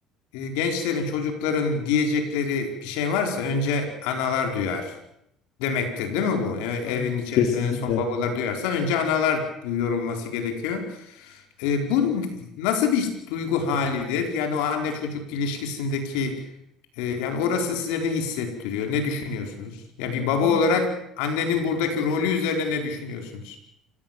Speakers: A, on the left; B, on the left.
A: e, Gençlerin, çocukların diyecekleri bir şey varsa önce analar duyar. demektir değil mi bu? E, Evin
B: Aynen
A: içerisinde
B: kesinlikle.
A: en son babalar duyarsa önce analar duyuyor olması gerekiyor. E, bu nasıl bir duygu halidir? Yani o anne çocuk ilişkisindeki e, yani orası size ne hissettiriyor? Ne düşünüyorsunuz? Ya
B: Evet,
A: bir baba
B: hani
A: olarak annenin buradaki rolü üzerine ne düşünüyorsunuz?